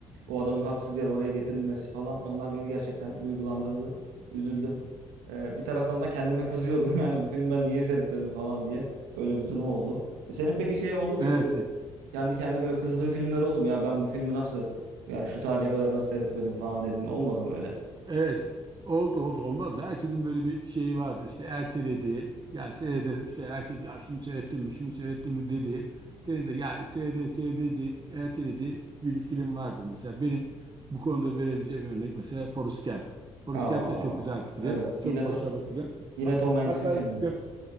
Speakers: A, on the right (about 65°); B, on the right (about 25°).
A: o adamın haksız yere oraya getirilmesi falan onlar beni gerçekten duygulandırdı. Üzüldüm. Ee, bir taraftan da kendime kızıyorum <laughs> yani bu filmi ben niye seyretmedim falan diye. Öyle bir durum oldu. E senin peki şey oldu mu
B: evet.
A: hiç böyle kendi kendine böyle kızdığın filmler oldu mu? Ya ben bu filmi nasıl yani şu tarihe kadar nasıl seyretmedim falan dediğin olmadı mı öyle?
B: Evet. Oldu oldu olmaz mı? Herkesin böyle bir şeyi vardır. İşte ertelediği. Ya seyrederim işte herkes ya şunu seyrettim mi şunu seyrettim mi dedi. dedi de ya seyrederiz seyrederiz deyip ertelediği bir film vardır mesela. Benim bu konuda verebileceğim örnek mesela Forrest Gump. Forrest
A: Aa,
B: Gump da çok güzel bir film.
A: evet.
B: Çok
A: Yine to
B: başarılı film.
A: yine
B: Ha-
A: Tom Hanks'in
B: Hatta
A: filmi.
B: def